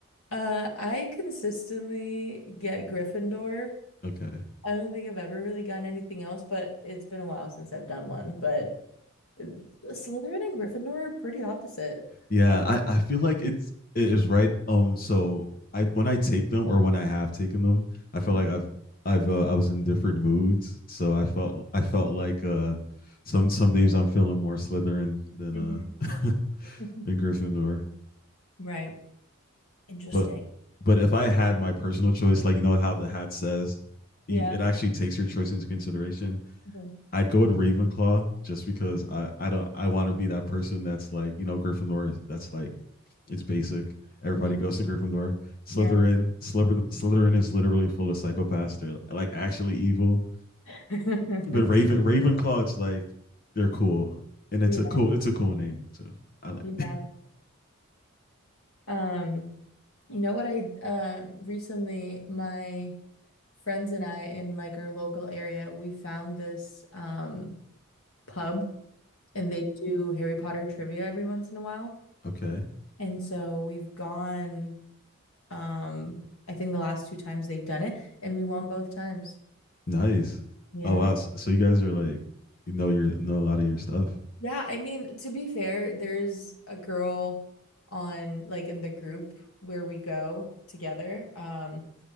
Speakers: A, on the left; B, on the left.
A: Uh, I consistently get Gryffindor.
B: Okay.
A: I don't think I've ever really gotten anything else, but it's been a while since I've done one. But uh, Slytherin and Gryffindor are pretty opposite.
B: Yeah, I I feel like it's it is right. Um, so I when I take them or when I have taken them, I feel
A: Mm.
B: like I've I've uh, I was in different moods. So I felt I felt like uh some some days I'm feeling more Slytherin than
A: Okay.
B: uh <laughs>
A: <laughs>
B: than Gryffindor.
A: Right. Interesting.
B: But but if I had my personal choice, like you know how the hat says, you
A: Yeah.
B: it actually takes your choice into consideration.
A: Mhm.
B: I'd go with Ravenclaw just because I I don't I want to be that person that's like you know Gryffindor. That's like it's basic. Everybody
A: Yeah.
B: goes to Gryffindor. Slytherin,
A: Yeah.
B: Sliver, Slytherin is literally full of psychopaths. They're like actually evil.
A: <laughs>
B: But Raven Ravenclaw, it's like they're cool, and it's
A: Yeah.
B: a cool it's a cool name too. I like.
A: Yeah. Um, you know what I uh, recently my friends and I in like our local area, we found this um pub and they do Harry Potter trivia every once in a while.
B: <laughs> Okay.
A: And so we've gone um I think the last two times they've done it and we won both times.
B: Nice.
A: Yeah.
B: Oh wow. S- So you guys are like you know your know a lot of your stuff.
A: Yeah, I mean, to be fair, there's a girl on like in the group where we go together. Um,